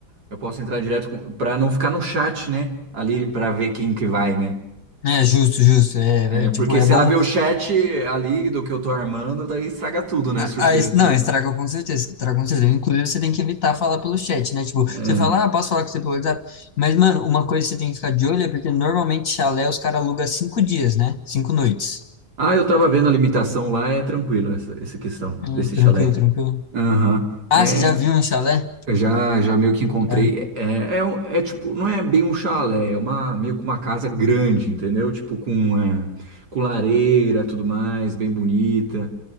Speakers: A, on the right; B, on the left.
A: Eu posso entrar direto com, pra não ficar no chat, né? Ali pra ver quem que vai, né?
B: É justo, justo. É,
A: É,
B: é,
A: porque
B: tipo, é
A: se
B: bom.
A: ela vê o chat ali do que eu tô armando, daí estraga tudo, né? Surpresa,
B: Ah, es- não,
A: né?
B: estraga com certeza, estraga com certeza. Inclusive, você tem que evitar falar pelo chat, né? Tipo, você
A: É, é.
B: fala, ah, posso falar com você pelo WhatsApp? Mas, mano, uma coisa que você tem que ficar de olho é porque normalmente chalé os caras alugam cinco dias, né? Cinco noites.
A: Ah, eu tava vendo a limitação lá, é tranquilo essa, essa questão
B: Hum,
A: desse
B: tranquilo,
A: chalé.
B: tranquilo.
A: Aham.
B: Ah,
A: É,
B: você já viu um chalé?
A: Eu já, já meio que encontrei.
B: É.
A: É, é, um- é tipo, não é bem um chalé, é uma, meio que uma casa grande, entendeu? Tipo, com, é, com lareira, tudo mais, bem bonita,